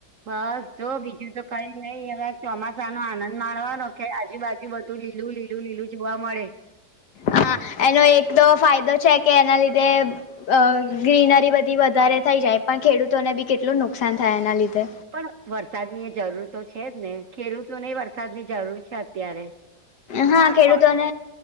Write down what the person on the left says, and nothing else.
હા એનો એક તો ફાયદો છે કે એના લીધે અ ગ્રીનરી બધી વધારે થઈ જાય પણ ખેડૂતોને બી કેટલું નુકસાન થાય એના લીધે
હા
ખેડૂતોને